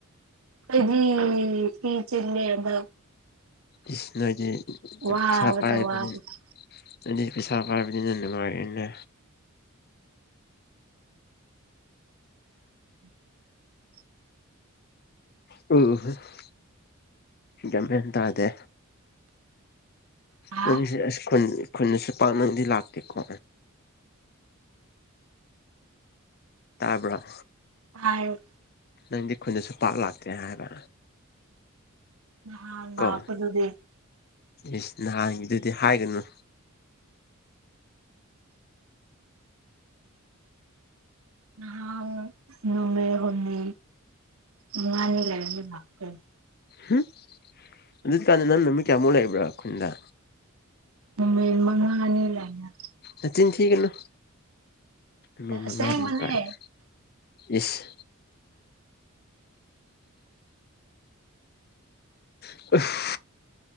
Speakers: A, on the right; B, on the left.
A: ꯑꯩꯗꯤ ꯀꯤ ꯆ‌ꯦ ꯂ‌ꯦꯝꯕ
B: ꯏꯁ ꯅꯣꯏꯗꯤ
A: ꯋꯥꯕꯗ
B: ꯄꯩꯁꯥ ꯄꯥꯏꯕꯅꯤ
A: ꯋꯥꯕꯗ
B: ꯅ‌ꯣꯏꯗꯤ ꯄꯩꯁꯥ ꯄꯥꯏꯕꯅꯤꯅ ꯅꯨꯡꯉꯥꯏꯔꯦꯅꯦ
A: <inaudible>
B: <unintelligible> ꯒ꯭ꯌꯥꯟꯃꯦꯟ ꯇꯥꯗꯦ꯫
A: ꯍꯥ
B: ꯅꯪꯁꯦ ꯑꯁ ꯈꯨꯟ-ꯈꯨꯟꯗꯁꯨ ꯄꯥꯛꯅꯗꯤ ꯂꯥꯛꯇꯦꯀꯣ꯫ ꯇꯥꯕ꯭ꯔ꯫
A: ꯇꯥꯏ꯫
B: ꯅꯪꯗꯤ ꯈꯨꯟꯗꯁꯨ ꯄꯥꯛ ꯂꯥꯛꯇꯦ ꯍꯥꯏꯕ꯫
A: ꯅꯍꯥꯟ ꯂꯥꯛꯄꯗꯨꯨꯗꯤ꯫
B: ꯀꯣ ꯏꯁ ꯅꯍꯥꯟꯒꯤꯗꯨꯗꯤ ꯍꯥꯏꯒꯅꯨ꯫
A: ꯅꯍꯥꯟ ꯅꯨꯃꯤꯠ ꯍꯨꯝꯅꯤ ꯃꯉꯥꯅꯤ ꯂꯩꯔꯒ <unintelligible>
B: ꯍꯨꯡ ꯑꯗꯨ ꯀꯥꯟꯗ ꯅꯪ ꯅꯨꯃꯤꯠ ꯀꯌꯥꯃꯨꯛ ꯂꯩꯕ꯭ꯔꯥ ꯈꯨꯟꯗ꯫
A: ꯅꯨꯃꯤꯠ ꯃꯉꯥꯅꯤ ꯂꯩ <unintelligible>
B: ꯅꯆꯤꯟ ꯊꯤꯒꯅꯨ ꯅꯨꯃꯤꯠ ꯃꯉꯥꯃꯨꯛ
A: ꯑꯁꯦꯡꯕꯅꯦ
B: ꯀꯥꯏꯅ꯫ ꯏꯁ꯫ <unintelligible>